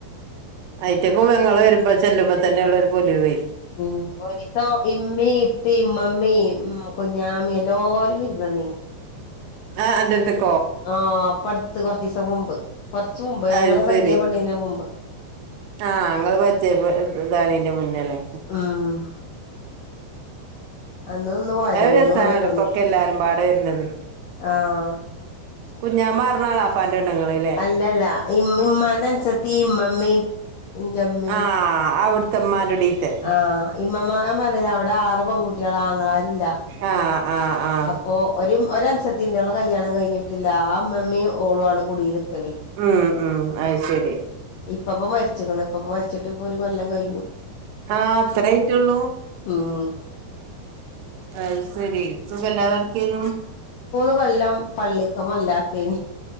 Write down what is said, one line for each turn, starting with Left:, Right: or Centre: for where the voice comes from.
Right: അയിറ്റക്കു ഇങ്ങള് വരുമ്പ ചെല്ലുമ്പോ തന്നെയുള്ളൊരു പൊലിവ്
Left: ഉം ഒരിസോ ഇമ്മി ഇപ്പിമ്മമ്മി ഉം കുഞ്ഞാമി എല്ലോ വിര്ന്നനീ
Right: ആഹ് അന്റട്ത്ത്ക്ക്
Left: ആഹ് ഇപ്പട്ത്ത്. കൊറ്ച്ചീസം മുമ്പ് കൊറ്ച്ച് മുമ്പ്
Right: അത്
Left: ഞങ്ങളെ
Right: ശരി
Left: പരിചയപ്പെട്ണേന്റെമുമ്പ്
Right: ആഹ് ഇങ്ങള് പരിചയ പെ ഇതാവ് ണേന്റെ മുന്നെല്ലെ.
Left: ഉം അന്ന് നിന്ന് പോയതാ പിന്നെ
Right: രസാണ്
Left: വന്നിട്ടൊന്നൂല്ല.
Right: ഇടക്കൊക്കെ എല്ലാരും പാടെ വരുന്നത്
Left: ആഹ്
Right: കുഞ്ഞാമ്മ പറഞ്ഞ എളാപ്പാന്റെ പെണ്ണുങ്ങളല്ലേ
Left: അല്ലല്ല. ഇമ്മ ഇമ്മാനെ അൻസത്തിം ഇമ്മമ്മിം ഇൻ്റെ മ്മി
Right: ആഹ് അവിടുത്തെമ്മാന്റുടീത്തെ
Left: ആഹ് ഇമ്മമാരെമാ ടെ ആറ് പെൺകുട്ട്യേളാ ആങ്ങളാരില്ല.
Right: ആഹ് ആഹ് ആഹ്
Left: അപ്പോ ഒരു ഒരൻ ജത്തി ഇണ്ട്. ഓളെ കല്യാണം കഴിഞ്ഞിട്ട്ല്ല ആ ഇമ്മ മ്മിം ഓളു ആണ് കുടീല്ക്കലെ
Right: ഉം ഉം അത് ശരി
Left: ഇപ് ഇപ്പപ്പ മരിച്ച്ക്ക്ണ്. ഇപ്പ മരിച്ചിട്ട് ഇപ്പൊ ഒരു കൊല്ലം കഴിഞ്ഞു.
Right: ആ അത്രേ ആയിറ്റൊള്ളൂ.
Left: ഉം
Right: അഹ് ശരി. സുഖ ഇല്ലാതെ കെട്ക്കേന്നു.
Left: ഇകൊല്ലാം പള്ളിക്ക് മൊല്ലാക്കേനി.